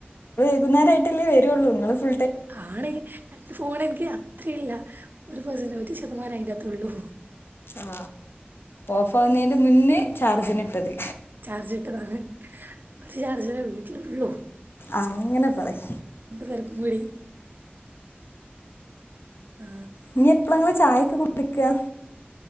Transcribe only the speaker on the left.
വൈകുന്നേരം ആയിട്ടല്ലേ വരുള്ളൂ നിങ്ങള് ഫു
ആ ഓഫ് ആവുന്നതിന്റെ മുന്നേ ചാർജിന് ഇട്ടത്
അങ്ങനെ പറയ്
ഇനീ എപ്പളങ്ങള് ചായയൊക്കെ കുടിക്കുക